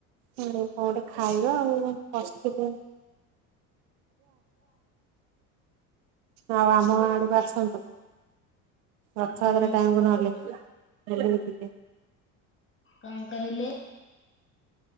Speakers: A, on the right; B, on the left.
A: ହ କଣ ଗୋଟେ ଖାଇବା ଆଉ ବସିଥିଲୁ। ଆଉ ଆମ ଆଡକୁ ଆସନ୍ତୁ। ରଥଯାତ୍ରା
B: ଆପଣ
A: ଟାଣିବୁ ନହେଲେ
B: କଣ କହିଲେ?